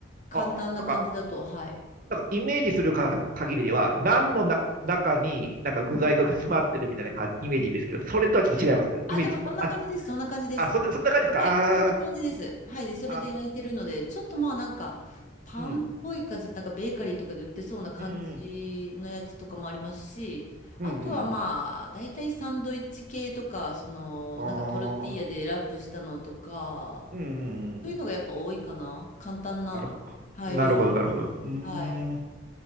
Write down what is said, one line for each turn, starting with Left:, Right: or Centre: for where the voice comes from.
Left: 簡単な感じだと、
Right: あ、なんか、
Left: はい。
Right: なんかイメージするか限りでは、何のな中になんか具材が詰まってるみたいなかイメージですけど、それとはちょっと違いますね。
Left: あ、
Right: イメージ。
Left: でもそんな感じです、
Right: あ、
Left: そんな感じです。
Right: あ、そんな、そんな感じですか。
Left: はい、そんな感じです。
Right: ああー、うん
Left: はい、で、それで焼いてるので、
Right: あ、
Left: ちょっとまあなんか、パンっぽい感じ、
Right: うん、
Left: なんかベーカリーとかで売ってそうな感じのやつとかもありますし、
Right: うん、うん、
Left: あとはまあ、
Right: うん。うん
Left: 大体サンドイッチ系とか、その、
Right: ああ、
Left: なんかトルティーヤでラップしたのとか、
Right: うん、うん、
Left: そういうのがやっぱ多いかな。
Right: うん。
Left: 簡単な、
Right: なるほど。<laughs>
Left: はい、
Right: なるほど、
Left: 料理。
Right: なるほど。うーん、
Left: はい、